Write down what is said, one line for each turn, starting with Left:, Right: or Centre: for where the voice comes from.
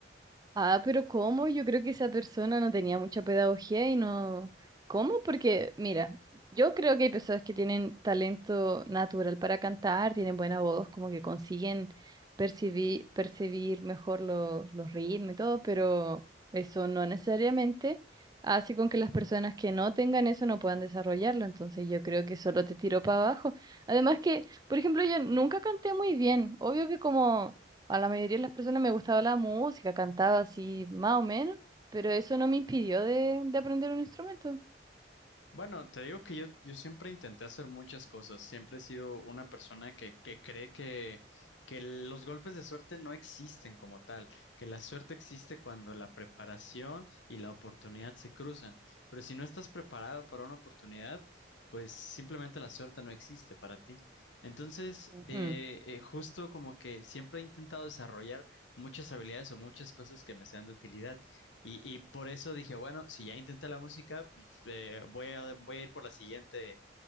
Right: Ah, pero ¿cómo? Yo creo que esa persona no tenía mucha pedagogía y no... ¿Cómo? Porque, mira, yo creo que hay personas que tienen talento natural para cantar, tienen buena voz, como que consiguen percibir, percibir mejor lo- los ritmos y todo, pero eso no necesariamente hace con que las personas que no tengan eso no puedan desarrollarlo. Entonces yo creo que solo te tiró para abajo. Además que, por ejemplo, yo nunca canté muy bien. Obvio que como a la mayoría de las personas me gustaba la música, cantaba así más o menos, pero eso no me impidió de, de aprender un instrumento.
Left: Bueno, te digo que yo, yo siempre intenté hacer muchas cosas. Siempre he sido una persona que, que cree que, que los golpes de suerte no existen como tal, que la suerte existe cuando la preparación y la oportunidad se cruzan. Pero si no estás preparado para una oportunidad, pues simplemente la suerte no existe para ti. Entonces,
Right: Mm.
Left: eh, eh, justo como que siempre he intentado desarrollar muchas habilidades o muchas cosas que me sean de utilidad. Y, y por eso dije, bueno, si ya intenté la música, eh, voy, a, voy a ir por la siguiente,